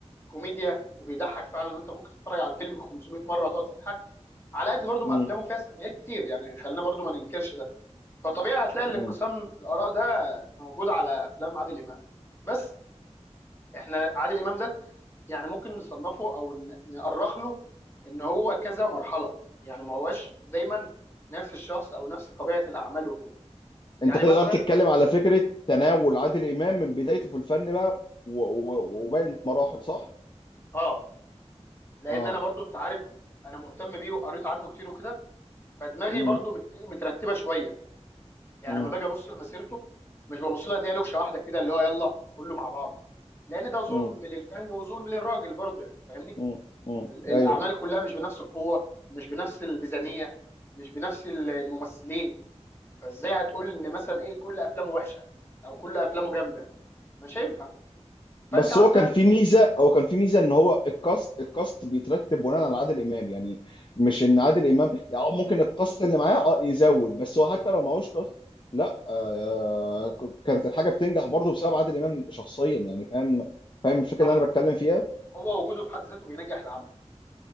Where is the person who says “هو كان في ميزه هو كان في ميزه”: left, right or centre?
Left